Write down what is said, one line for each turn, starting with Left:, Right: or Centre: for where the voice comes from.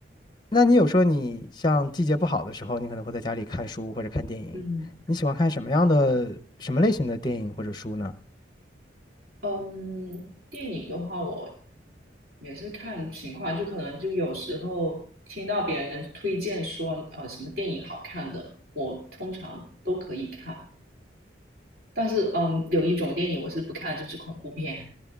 Left: 那你有说你像季节不好的时候，你可能会在家里看书或者看电影，
Right: 嗯
Left: 你喜欢看什么样的、什么类型的电影或者书呢？
Right: 嗯，电影的话，我也是看情况，就可能就有时候听到别人推荐说呃什么电影好看的，我通常都可以看。但是嗯，有一种电影我是不看就是恐怖片。